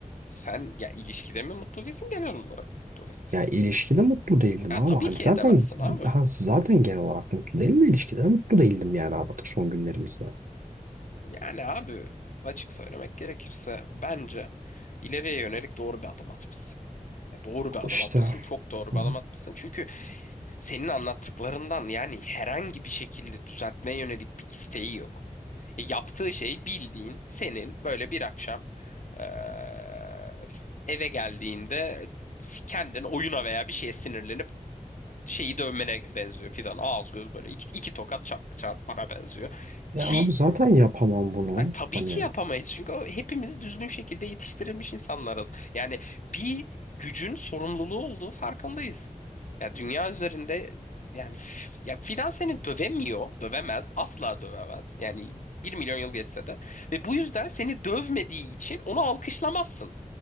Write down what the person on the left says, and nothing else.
Sen ya ilişkide mi mutlu değilsin genel olarak mı mutlu değilsin?
Ya
tabii
ki
edemezsin abi.
Yani abi açık söylemek gerekirse bence ileriye yönelik doğru bir adım atmışsın. Ya doğru bir adım
atmışsın, çok doğru
bir adım atmışsın. Çünkü senin anlattıklarından yani herhangi bir şekilde düzeltmeye yönelik bir isteği yok. E, yaptığı şey bildiğin senin böyle bir akşam eee, eve geldiğinde kendin oyuna veya bir şeye sinirlenip şeyi dövmene benziyor fidan. Ağız göz böyle iki, iki tokat çarp, çarpmana benziyor.
Ki
e, tabii
ki yapamayız. Çünkü o, hepimiz düzgün şekilde yetiştirilmiş insanlarız. Yani bir gücün sorumluluğu olduğu farkındayız. Ya dünya üzerinde yani f- ya fidan seni dövemiyor, dövemez, asla dövemez. Yani bir milyon yıl geçse de ve bu yüzden seni dövmediği için onu alkışlamazsın.